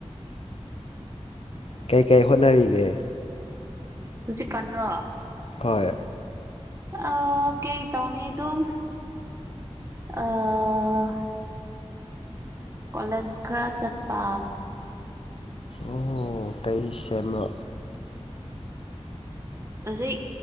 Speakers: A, on the left; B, on the right.
A: ꯀꯩ ꯀꯩ ꯍꯣꯠꯅꯔꯤꯒꯦ
B: ꯍꯧꯖꯤꯛꯀꯥꯟꯔꯣ
A: ꯍꯣꯏ
B: ꯑꯥ ꯀꯩ ꯇꯧꯅꯤ ꯑꯗꯨꯝ ꯑꯥ ꯀꯣꯂꯦꯖ ꯈꯔ ꯆꯠꯄ
A: ꯑꯣ ꯀꯩ ꯁꯦꯝꯃꯣ
B: ꯍꯧꯖꯤꯛ